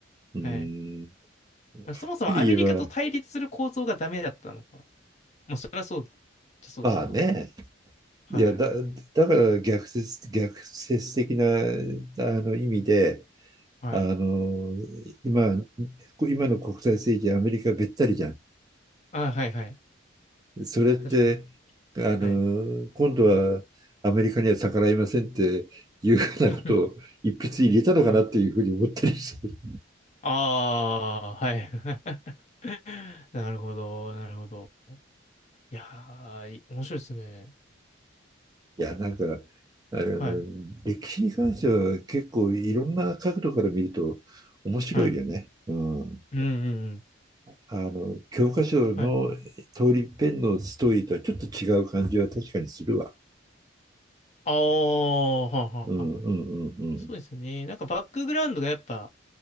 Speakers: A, on the right (about 20°); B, on the left (about 35°).
A: ーん、
B: はい。そもそもアメリカと対立する構造がダメだったのか。
A: はっきり言えば、
B: まあ、それはそう、そうですけど。
A: まあね、
B: はい。
A: いやだ、だから逆説、逆説的なあの意味で、
B: はい。
A: あの、今、今の国際政治、アメリカべったりじゃん。
B: あ、はいはい。
A: それって、
B: 確かに。
A: あの、
B: はい。
A: 今度はアメリカには逆らいませんっていうふうなことを一筆入れたのかなっていうふうに思ったりして。
B: <laughs> はい。
A: い
B: ああ、はい。<laughs> なるほど、なるほど。いやー、い面白いですね。
A: や、なんか、あの、
B: はい。
A: 歴史に関しては結構いろんな角度から見ると面白いよね。
B: はい。
A: うん。
B: うんうんうん。
A: あの、教科書の通り一遍のストーリーとはちょっと違う感じは確かにするわ。
B: はいああ、はあはあはあ。
A: うんうんうん
B: そうですね。なんかバックグラウンドがやっぱ、